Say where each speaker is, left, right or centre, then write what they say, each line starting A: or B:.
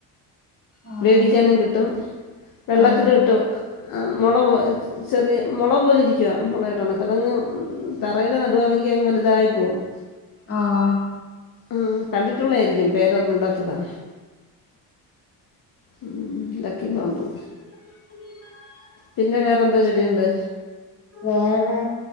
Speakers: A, on the left; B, on the left.
A: ആഹ്
B: വേടിക്കാനും കിട്ടും വെള്ളത്തില്ട്ട്
A: ആഹ്
B: മൊള ചെറിയ മൊള പോലെ ഇരിക്കുവ മൊളേടെ കണക്ക് അതങ്ങ് തറയിലെ നടുവാണെങ്കിൽ അങ്ങ് വലുതായിപ്പോകും <unintelligible>
A: ആഹ്
B: ആഹ് കണ്ടിട്ടുള്ളത് ആയിരിക്കും പേരെറിഞ്ഞൂടാത്തതാ ഉം ലക്കി ബാംമ്പൂ
A: ഉ ഉ <unintelligible>
B: പിന്നെ വേറെന്താ ചെടിയുണ്ട്
A: വേറെ